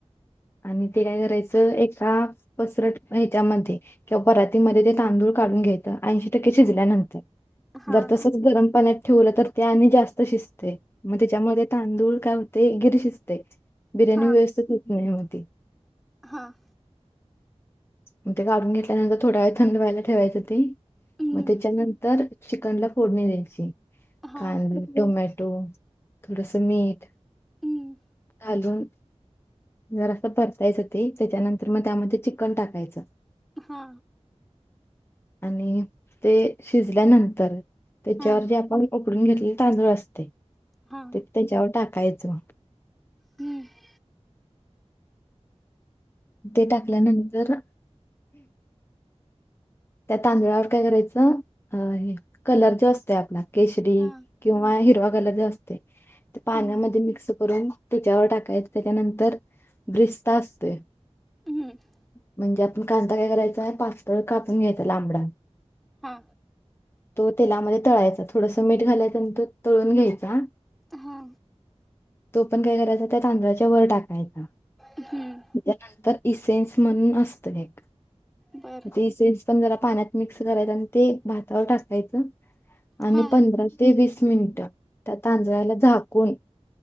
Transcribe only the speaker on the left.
आणि ते काय करायचं? एका पसरट हेच्यामध्ये किंवा परातीमध्ये ते तांदूळ काढून घ्यायचं ऐंशी टक्के शिजल्यानंतर
जर तच
गरम पाण्यात ठेवल तर शिजतय म त्याच्यामध्ये तांदूळ काय होतय गिर शिजतय बिर्याणी
व्यवस्थित हो मेहनती
म ते काढून घेतल्यानंतर, थोडा वेळ थंड व्हायला ठेवायचं ते
म त्याच्यानंतर चिकनला फोडणी द्यायची.
कांदा, टोमॅटो थोडस मीठ
घालून जरास परतायचं ते, त्याच्यानंतर म त्यामध्ये चिकन टाकायचं.
आणि ते शिजल्यानंतर त्याच्यावर
जे आपण उकडून घेतलेले तांदूळ असतय.
त्याच्यावर टाकायचं.
ते टाकल्यानंतर त्या तांदळावर काय करायचं अ हे कलर जो असतोय आपला केशरी
किंवा हिरवा कलर जो असतोय, ते पाण्यामध्ये
मिक्स करून त्याच्यावर टाकायचं, त्याच्यानंतर ब्रिस्ता असतो
म्हणजे म कांदा काय करायचां पाताळ कापून घ्यायचा लांबडा
तो तेलामध्ये तळायचा थोडस मीठ घालायचं, आणि तो तळून घ्यायचा.
तो पण काय करायचा, त्या तांदळाच्या वर टाकायचा
त्यानंतर इसेन्स म्हणून असत एक <inaudible>
ते इसेन्स पण जरा पाण्यात मिक्स करायचं, आणि ते भातावर टाकायचं आणि
पंधरा वीस ते वीस मिनिटं त्या तांजळाला झाकून